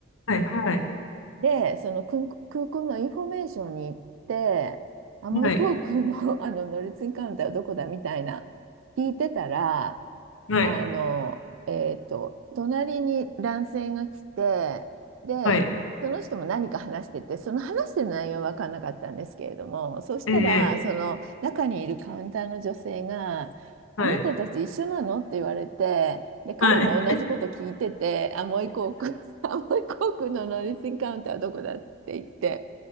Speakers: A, on the left; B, on the right.
A: はい、はい、
B: で、その空港、空港のインフォメーションに行って、アモイ航空の、
A: はい、
B: <laughs> あの乗り継ぎカウンターはどこだみたいな聞いてたら、
A: はい、
B: あの、えっと、隣に男性が来て、で、
A: はい、
B: その人も何か話してて、その話してる内容は分からなかったんですけれども、そしたら、
A: ええ、ええ
B: その中にいるカウンターの女性が、あなたたち一緒なのって言われて、
A: はい、
B: で、彼も同じこと聞いてて、
A: はい、
B: アモイ航空、<laughs> アモイ航のノリスンカウンターはどこだって言って、